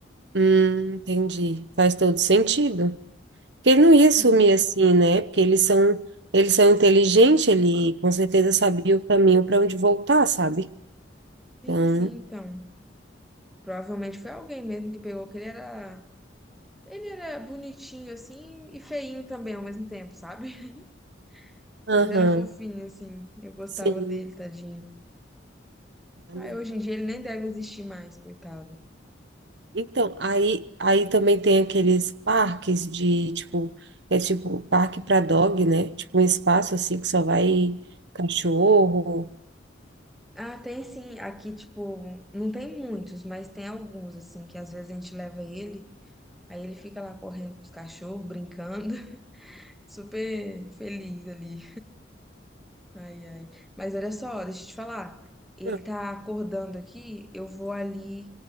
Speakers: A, on the right; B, in the centre.
A: Hum, entendi. Faz todo sentido. Porque ele não ia
B: Sim,
A: sumir assim, né? Porque eles são, eles são inteligentes, ele com certeza sabia o caminho para onde voltar, sabe?
B: sim,
A: Então,
B: sim, então. Provavelmente foi alguém mesmo que pegou, que ele era Ele era bonitinho, assim, e feinho também ao mesmo tempo, sabe? <laughs>
A: aham,
B: Mas era fofinho, assim. Eu gostava
A: sim.
B: dele, tadinho.
A: Ah,
B: Ah,
A: não.
B: hoje em dia ele nem deve existir mais, coitado.
A: Então, aí, aí também tem aqueles parques de, tipo, é tipo parque para dog, né? Tipo um espaço assim que só vai cachorro.
B: Ah, tem sim. Aqui, tipo, não tem muitos, mas tem alguns, assim, que às vezes a gente leva ele, aí ele fica lá correndo com os cachorros, brincando, <laughs> super feliz ali. Ai, ai. Mas olha só, deixa eu te falar. Ele
A: Uhum.
B: tá acordando aqui, eu vou ali,